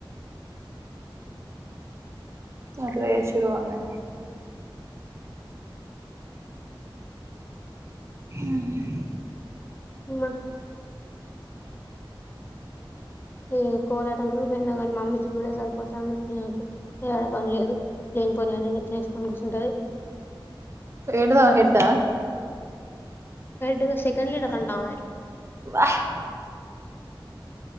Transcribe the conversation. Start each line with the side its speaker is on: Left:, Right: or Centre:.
Right: అట్లా చేశిర్రుల వాన్ని ఉమ్
Left: ఉమ్మ ఏ కోలాటం గ్రూప్ ఏందో కానీ మా అమ్మ ఇచ్చింది కూడా సరిపోతాంది నాకు యాడ పని లేదు లేనిపోని అన్ని నెత్తినేసుకోని కూసుంటది
Right: ఏండువా హెడ్డా
Left: హెడ్ గా సెకండ్ లీడర్ అంట ఆమె
Right: వాహ్